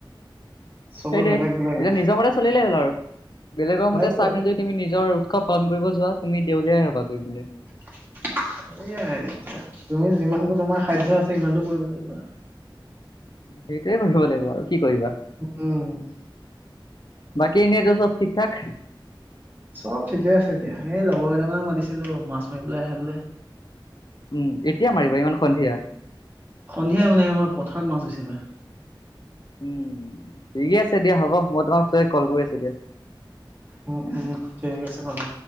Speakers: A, on the right (about 25°); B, on the left (about 55°).
A: চবৰ
B: সেইটোৱেই
A: বেলেগ
B: তেতিয়া
A: বেলেগ আহ
B: নিজৰ মতে চলিলেই হ'ল আৰু বেলেগৰ
A: সেইটোৱে
B: মতে চাই পিন তুমি নিজৰ উৎসৱ পালন কৰিব যোৱা তুমি দেউলীয়াই হবা গৈ পিনে।
A: টি টাক আহ সেয়াই এয়া তুমি যিমানটো তোমাৰ খাদ্য আছে সিমানটো কৰিব লাগিব আৰু
B: সেইটোৱে কৰি থব লাগিব আৰু কি কৰিবা।
A: উ উম উম উ উ।
B: বাকী এনে যে চব ঠিক ঠাক।
A: চব ঠিকে আছে এতিয়া এই লগৰ কেইটামানক মাতিছিলো মাছ মাৰিব পেলাই আহে বোলে।
B: উম উ উ, এতিয়া মাৰিবা ইমান সন্ধিয়া।
A: সন্ধিয়াই মানে আমাৰ পথাৰত মাছ হৈছে এবাৰ।
B: উম উম উ উ, ঠিকে আছে দিয়া হ'ব মই তোমাক ওচৰে কল কৰি আছো দিয়া।
A: উম উ উ, ঠিক আছে বাৰু।